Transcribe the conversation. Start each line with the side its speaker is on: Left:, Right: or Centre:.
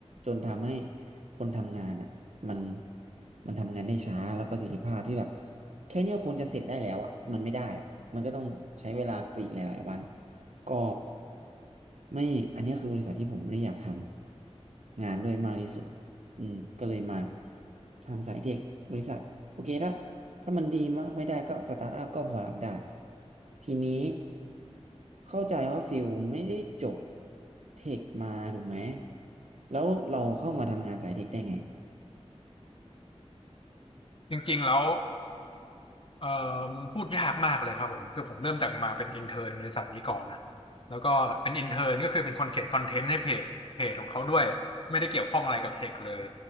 Right: จนทำให้คนทำงานอ่ะมันมันทำงานได้ช้าแล้วประสิทธิภาพที่แบบแค่เนี้ยควรจะเสร็จได้แล้วอ่ะมันไม่ได้อ่ะมันก็ต้องใช้เวลาไปอีกหลายๆวันก็ไม่อันเนี้ยคือบริษัทที่ผมไม่ได้อยากทำงานด้วยมากที่สุด อืมก็เลยมาทำสายเทคบริษัทโอเคละถ้ามันดีมากไม่ได้ก็สตาร์ทอัพก็พอรับได้ทีนี้เข้าใจว่าฟิลไม่ได้จบเทคมาถูกไหมแล้วเราเข้ามาทำงานสายเทคได้ไง
Left: จริงๆแล้ว เอ่อมันพูดยากมากเลยครับผมคือผมเริ่มจากมาเป็นอินเท n ร์นบริษัทนี้ก่อนนะแล้วก็เป็นอินเท n ร์นก็คือเป็นคนเขียนคอนเทนต์ให้เพจเพจของเขาด้วยไม่ได้เกี่ยวข้องอะไรกับเทคเลย